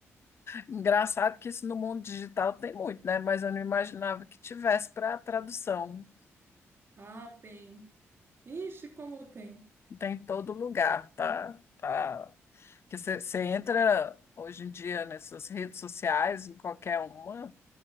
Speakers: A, on the left; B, on the right.
A: Engraçado que isso no mundo digital tem muito, né? Mas eu não imaginava que tivesse para tradução.
B: Ah, tem. Ixi, como tem.
A: Tem em todo lugar, tá? Tá. Que você entra hoje em dia nessas redes sociais, em qualquer uma,